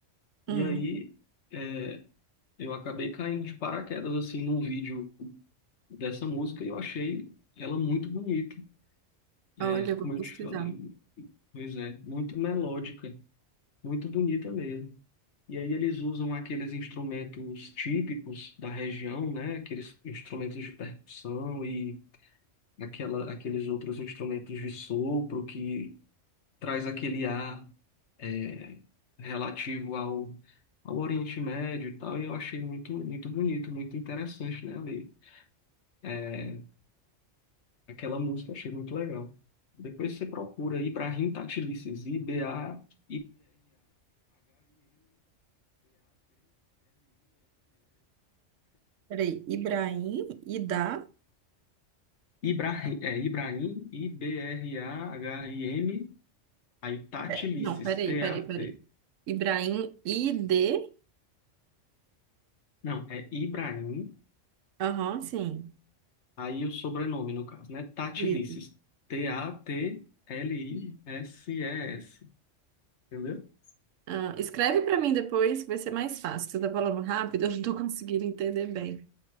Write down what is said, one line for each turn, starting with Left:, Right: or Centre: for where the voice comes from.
Right: Hum,
Left: E aí, é, eu acabei caindo de paraquedas, assim, num vídeo dessa música e eu achei ela muito bonita. É,
Right: olha, eu
Left: como
Right: vou pesquisar.
Left: eu te falei, pois é, muito melódica, muito bonita mesmo. E aí eles usam aqueles instrumentos típicos da região, né? Aqueles instrumentos de percussão e aquela, aqueles outros instrumentos de sopro que traz aquele ar é, relativo ao, ao Oriente Médio e tal. E eu achei muito, muito bonito, muito interessante, né, ali. É, Aquela música eu achei muito legal. Depois você procura Ibrahim Tatilices, I-B-R-A-H-I-M-T-A-T-L-I-S-E-S.
Right: Peraí, Ibrahim, Idá
Left: A I B R A H I M T A T L I S E S. Ibrahim, é Ibrahim, I-B-R-A-H-I-M, aí Tatilices,
Right: É, não, peraí,
Left: T-A-T.
Right: peraí, peraí. Ibrahim ID.
Left: Não, é Ibrahim,
Right: Aham, sim.
Left: aí o sobrenome no caso, né? Tatilices,
Right: Isso.
Left: T-A-T-L-I-S-E-S. Entendeu?
Right: Ah, escreve para mim depois, que vai ser mais fácil. Você tá falando rápido, <laughs> eu não tô conseguindo entender bem.